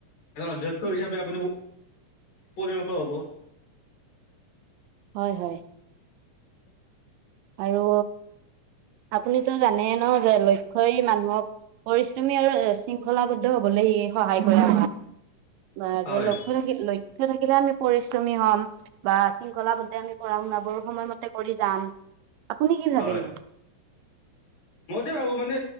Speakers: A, on the left; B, on the right.
A: এ অধ্যক্ষ হিচাপে আপুনি পৰিণত হ'ব
B: হয় হয়। আৰু আপুনিতো জানে ন যে লক্ষ্য মানুহক পৰিশ্ৰমী আৰু শৃংখলাবদ্ধ হবলৈ সহায় কৰে ম
A: হয়
B: যে লক্ষ্য থিল থাকিলে আমি পৰিশ্ৰমী হ'ম বা শৃংখলাবদ্ধে আমি পঢ়া শুনাবোৰ সময়মতে কৰি যাম আপুনি কি ভাবে
A: হয়
B: ন
A: মই তো ভাবো মানে